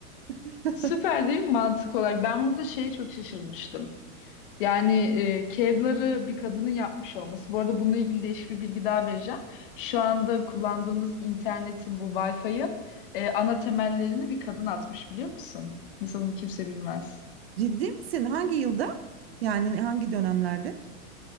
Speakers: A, on the right; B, on the left.
A: <laughs>
B: Süper değil mi mantık olarak? Ben burada şeye çok şaşırmıştım. Yani e, kevları bir kadının yapmış olması. Bu arada bununla ilgili değişik bir bilgi daha vereceğim. Şu
A: Hı.
B: anda kullandığımız internetin bu Wi-Fi'ın e, ana temellerini bir kadın atmış biliyor musun? Mesela bunu kimse bilmez.
A: Ciddi misin? Hangi yılda? Yani hangi dönemlerde?